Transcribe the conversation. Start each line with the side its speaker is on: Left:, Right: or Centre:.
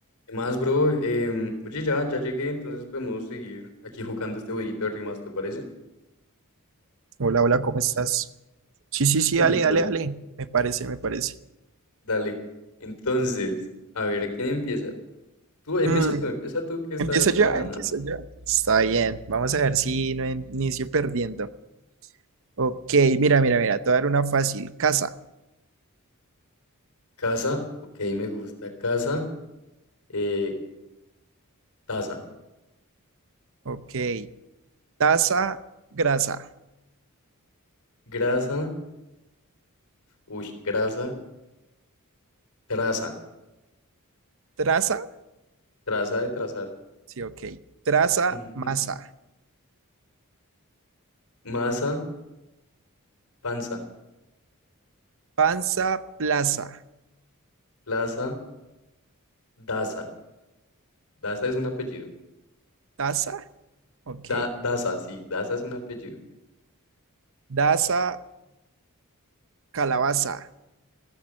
Left: ¿Qué más, bro? Em, oye, ya, ya llegué, entonces podemos seguir aquí jugando este jueguito de rimas, ¿te parece?
Right: Hola, hola, ¿cómo estás? Sí, sí,
Left: <laughs>
Right: sí,
Left: Y
Right: dale, dale,
Left: Hola,
Right: dale. Me parece, me parece.
Left: dale. Entonces, a ver, ¿quién empieza? Tú, empieza
Right: Mm,
Left: tú, empieza tú, que esta
Right: empieza
Left: vez te
Right: ya,
Left: va a ganar.
Right: empieza ya. Está bien, vamos a ver si no inicio perdiendo. Ok, mira, mira, mira, te voy a dar una fácil. Casa,
Left: Casa, ok, me gusta. Casa, eh, taza.
Right: ok. Taza, grasa.
Left: Grasa, uy, grasa, traza,
Right: Traza,
Left: traza de trazar.
Right: sí, ok. Traza,
Left: Ujú.
Right: masa.
Left: Masa, panza.
Right: Panza, plaza.
Left: Plaza, daza. Daza es un apellido.
Right: Taza, ok.
Left: Da, daza, sí, daza es un apellido.
Right: Daza, calabaza.